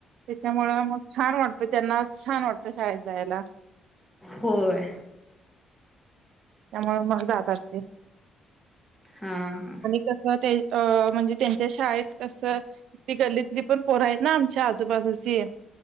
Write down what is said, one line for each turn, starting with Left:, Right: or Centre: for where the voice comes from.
Right: त्याच्यामुळ मग छान वाटतं त्यांना छान वाटतं शाळेत जायला
Centre: होय.
Right: त्यामुळे मग जातात ते
Centre: हा हा.
Right: <unintelligible> अह म्हणजे त्यांच्या शाळेत कसं ति गल्लीतली पण पोर आहेत ना आमच्या आजूबाजूची